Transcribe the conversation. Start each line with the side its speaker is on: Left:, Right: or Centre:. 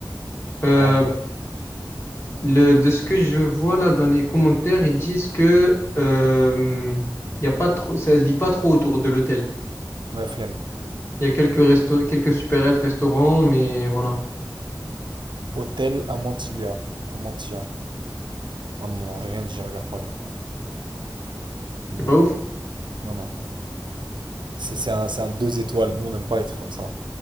Left: Euh,
Right: Bon, bon.
Left: Le, de ce que je vois là dans les commentaires, ils disent que euh, y a pas trop, ça se vit pas trop autour de l'hôtel.
Right: Ouais, flemme.
Left: Il y a quelques restos, quelques supérettes, restaurants, mais voilà,
Right: Hôtel Amantilia. Amantia. Oh non, non, j'ai rien dit, regarde pas, regarde pas. Nul.
Left: c'est pas ouf.
Right: Non, non. C'est c'est un, c'est un 2 étoiles. Nous, on n'aime pas les trucs comme ça.